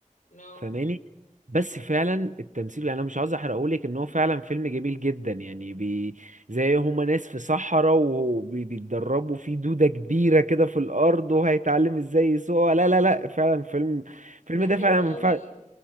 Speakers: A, on the left; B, on the right.
A: نو
B: فاهماني بس فعلا التمثيل يعني انا مش عاوز احرقهولك ان هو فعلا فيلم جميل جدا يعني بي زي هما ناس في صحراء وبيتدربوا في دودة كبيرة كده في الارض وهيتعلم ازاي يسوقها لا لا لا فعلا فيلم الفيلم
A: ده
B: ده
A: حلو
B: فعلا
A: قوي
B: ما ينفع-